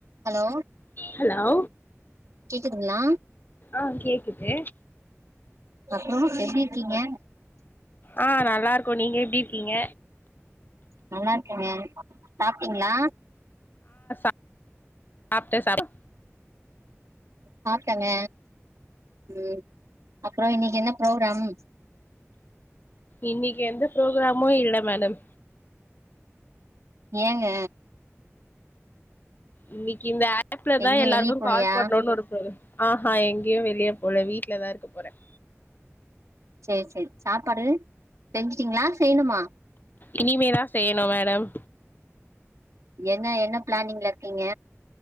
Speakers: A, on the right; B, on the left.
A: hello
B: hello
A: ங்களா
B: ஆஹ் கேக்குது
A: அப்பறம் எப்டி இருக்கீங்க
B: ஆஹ் நல்லா இருக்கும் நீங்க எப்டி இருக்கீங்க
A: நல்லா இருக்கேங்க சாப்பிட்டீங்களா
B: சாப்பிட்ட சப்
A: சாப்பிட்டங்க உம் அப்பறம் இன்னைக்கு என்ன ப்ரோக்ராம்
B: இன்னைக்கு எந்த ப்ரோக்ராமு இல்ல மேடம்
A: ஏங்க
B: இன்னைக்கு இந்த ஆ ஆப்ல தான்
A: எங்கயு
B: எல்லாருக்கும்
A: வெளிய போலியா
B: கால் பண்ணணோன்னனு இருக்கு ஆஹ்ஹா எங்கேயும் வெளியே போல வீட்டு்லதான் இருக்க போறேன்
A: சேரி சேரி சாப்பாடு செஞ்சுட்டீங்களா செய்யணுமா
B: இனிமேதான் செய்யணும் மேடம்
A: என்ன என்ன பிளானிங்ல இருக்கீங்க